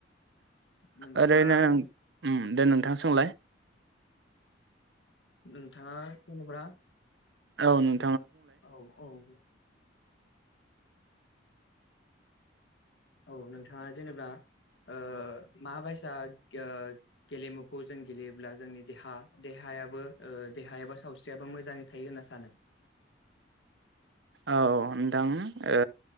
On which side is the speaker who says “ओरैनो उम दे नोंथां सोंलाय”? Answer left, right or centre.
Right